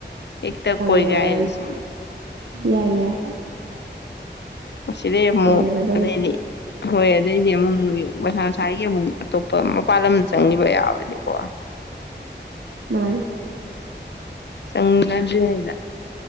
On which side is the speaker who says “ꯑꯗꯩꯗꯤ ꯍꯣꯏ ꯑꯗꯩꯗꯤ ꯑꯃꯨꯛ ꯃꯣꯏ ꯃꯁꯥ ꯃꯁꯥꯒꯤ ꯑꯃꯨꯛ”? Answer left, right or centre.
Left